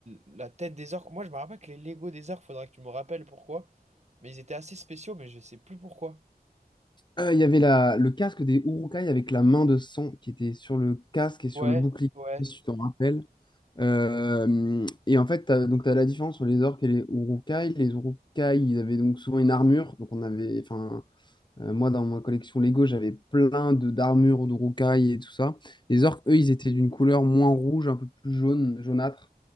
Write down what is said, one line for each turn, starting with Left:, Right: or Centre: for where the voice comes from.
Right: la tête des orques. Moi, je me rappelle que les Lego des orques, faudrait que tu me rappelles pourquoi. Mais ils étaient assez spéciaux, mais je sais plus pourquoi.
Left: Euh, Il y avait la, le casque des Urukai avec la main de sang qui était sur le casque et sur
Right: Ouais,
Left: le bouclier,
Right: ouais,
Left: je sais pas si tu t'en rappelles. Euh, et en fait, t'as, donc tu as la différence entre les orques et les Urukai. Les Urukai, ils avaient donc souvent une armure. Donc on avait, enfin, euh, moi dans ma collection Lego, j'avais plein de d'armures d'Urukai et tout ça. Les orques, eux, ils étaient d'une couleur moins rouge, un peu plus jaune, jaunâtre.